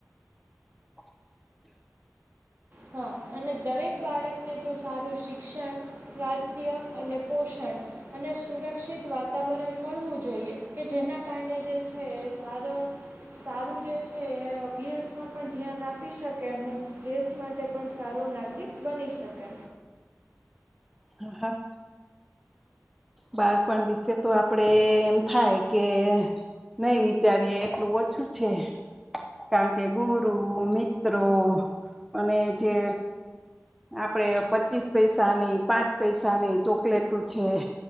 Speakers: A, in the centre; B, on the right.
A: <inaudible>
B: હા અને દરેક બાળકને જો સારું શિક્ષણ સ્વાસ્થ્ય અને પોષણ અને સુરક્ષિત વાતાવરણ મળવું જોઈએ કે જેના કારણે જે છે સાર સારું જે છે એ અભ્યાસમાં પણ ધ્યાન આપી શકે અને દેશ માટે માટે પણ સારો નાગરિક બની શકે
A: હા હા બાળપણ વિશે તો આપડે એમ થાય કે નઈ વિચારીએે એટલું ઓછું છે કારણ કે ગુરુ મિત્રો અને જે આપડે પચીસ પૈસાની પાંચ પૈસાની ચોકલેટું છે